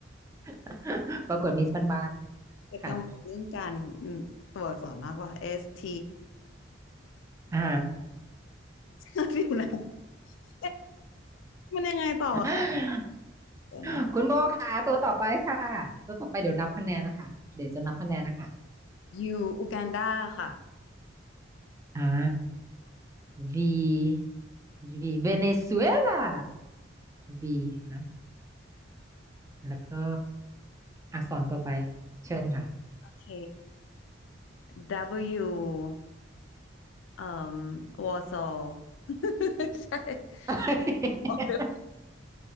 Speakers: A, on the right; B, on the left.
A: <laughs> ประกวดมิสบ้านๆค่ะ
B: จะกังวลเรื่องการอืมตัวอักษรมากกว่า S T
A: อ่า
B: <laughs> เดี๋ยวนะ S มันยังไงต่อคะ
A: <laughs>
B: เดี๋ยวนะ
A: คุณโบค่ะตัวต่อไปค่ะ ตัวต่อไปเดี๋ยวนับคะแนนนะคะ เดี๋ยวจะนับคะแนนนะคะ
B: U อูกันดาค่ะ
A: อ่า V V เวเนซุเอลา V ฮะแล้วก็อักษรต่อไป เชิญค่ะ
B: โอเค W เอ่มวอร์ซอ <laughs> ลใช่
A: <laughs>
B: โอเค